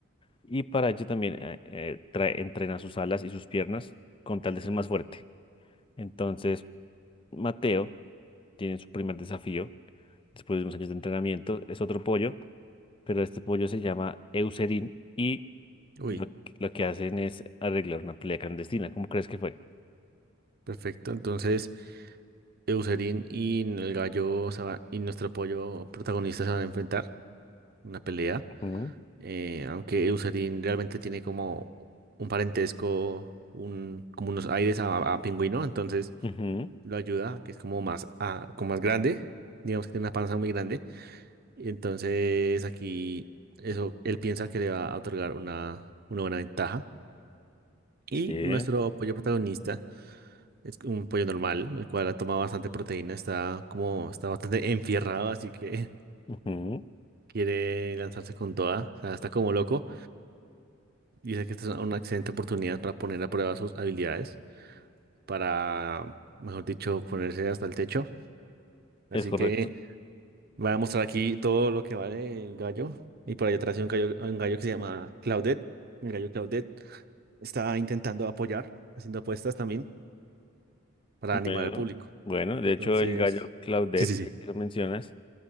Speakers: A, on the left; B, on the right.
A: y para ello también eh, eh, trae- entrena sus alas y sus piernas con tal de ser más fuerte. Entonces, Mateo tiene su primer desafío después de unos años de entrenamiento. Es otro pollo, pero este pollo se llama Eucerin y
B: Uy,
A: lo, lo que hacen es arreglar una pelea clandestina. ¿Cómo crees que fue?
B: perfecto. Entonces, Eucerin y el gallo se va- y nuestro pollo protagonista se van a enfrentar. en Una pelea.
A: Ujú,
B: eh, aunque Eucerin realmente tiene como un parentesco, un, como unos aires a, a pingüino, entonces
A: ujú,
B: lo ayuda, que es como más, a, como más grande, digamos que tiene una panza muy grande, y entonces aquí eso, él piensa que le va a otorgar una, una buena ventaja. Y
A: sí,
B: nuestro pollo protagonista es un pollo normal, el cual ha tomado bastante proteína, está como, está bastante enfierrado, así que <laughs>
A: ujú,
B: quiere lanzarse con toda, o sea, está como loco. Dice que esta es una excelente oportunidad para poner a prueba sus habilidades, para, mejor dicho, ponerse hasta el techo. Así
A: es correcto.
B: que va a mostrar aquí todo lo que vale el gallo. Y por ahí atrás hay un gallo, un gallo que se llama Claudette. El gallo Claudette está intentando apoyar, haciendo apuestas también para animar
A: Bueno,
B: al público.
A: bueno, de
B: Entonces,
A: hecho el gallo Claudette,
B: Sí, sí, sí.
A: ya que lo mencionas,